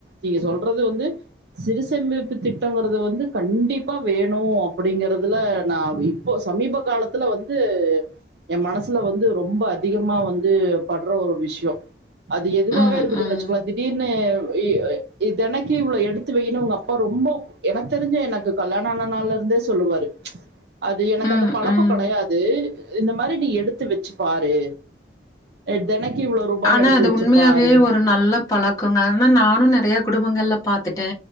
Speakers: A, on the right (about 65°); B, on the left (about 20°).
A: நீங்க சொல்றது வந்து சிறுசு சேமிப்பு திட்டங்கிறது வந்து கண்டிப்பா வேணு அப்டிங்குறதுல நா இப் போ சமீப காலத்துல வந்து எ மனசுல வந்து ரொம்ப அதிகமா வந்து பட்ற ஒரு விஷ்யோ அது எதுவாவே
B: ம்,
A: இருக்கட்டுனு
B: ம்,
A: வச்சுக்கோ திடீர்னு இ இத்தனக்கி இவ்ளோ எடுத்து வய்யின் அவுங்க அப் அப்பா ரொம்ப எனக் தெரிஞ்சே எனக்கு கல்யாண ஆன நாள்ல இருந்தே சொல்லுவாரு அது எனக்கு
B: ம்,
A: அந்த பழக்கொ
B: ம்.
A: கெடயாது இந்த மாரி நீ எடுத்து வெச்சு பாரு எ தெனக்கி இவ்ளோ ரூபான்னு
B: ஆனா
A: எடுத்து
B: அது
A: வெச்சு
B: உண்மையாவே
A: பாரு
B: ஒரு நல்லப் பழக்கொங்க ஆனா நானு நறைய குடும்பங்கள்ல பாத்துட்டே